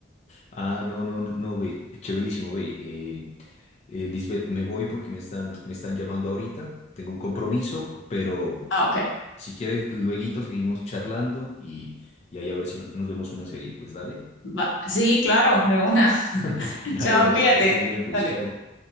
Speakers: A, on the left; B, on the left.
A: Ah, no, no, no, ve, chéverísimo, ve. Eh, eh, Lisbeth, me voy porque me están, me están llamando ahorita, tengo un compromiso, pero
B: Ah,
A: eh,
B: ok.
A: si quieres, lueguito seguimos charlando y, y ahí a ver si no- nos vemos una serie, pues dale,
B: Va- Sí, claro, de una.
A: <laughs>
B: <laughs>
A: dale,
B: Chao,
A: dale,
B: cuídate.
A: que estés bien, pues
B: Dale.
A: chao.